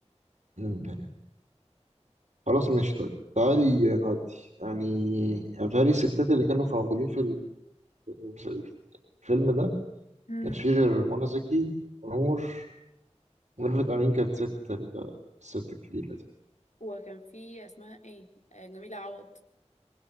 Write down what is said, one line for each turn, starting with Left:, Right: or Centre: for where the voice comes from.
Right: مم، يعني خلاص ماشي طيب تعالي نودي يعني يعني بتهيألي الستات اللي كانوا في موجودين في ال- في الفيلم ده
Left: امم
Right: كانش فيه غير منى زكي ونور وميرفت أمين كانت ست ال- الست الكبيرة دي.
Left: وكان في اسمها ايه آه، جميله عوض